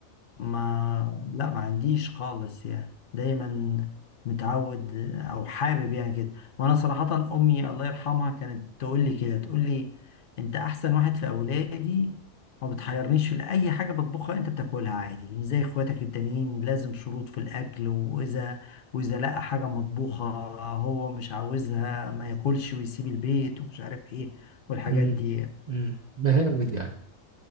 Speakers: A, on the left; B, on the right.
A: ما لا ما عنديش خالص يعني دايما متعود او حابب يعني كده وانا صراحة امي الله يرحمها كانت تقول لي كده تقول لي انت احسن واحد في اولادي ما بتحيرنيش في اي حاجة بطبخها انت بتاكلها عادي مش زي اخواتك التانيين لازم شروط في الاكل واذا واذا لقى حاجة مطبوخة هو مش عاوزها ما ياكلش ويسيب البيت ومش عارف ايه والحاجات
B: امم
A: دي
B: امم بهاود يعني